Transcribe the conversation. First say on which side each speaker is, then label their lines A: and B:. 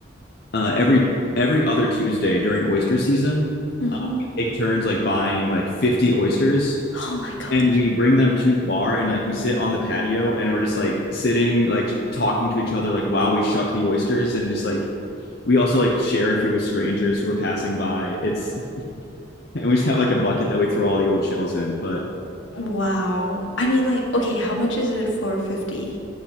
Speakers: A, on the left (about 55°); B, on the left (about 80°).
A: uh, every every other Tuesday during oyster season,
B: mm-hmm
A: uh, we take turns like buying like 50 oysters
B: oh my gosh
A: and we bring them to the bar and like we sit on the patio and we're just like sitting like talking to each other like while we shuck the oysters and just like we also like share a few with strangers who are passing by. It's <laughs> and we just have like a bucket that we throw all the old shells in, but
B: wow I mean like okay how much is it for 50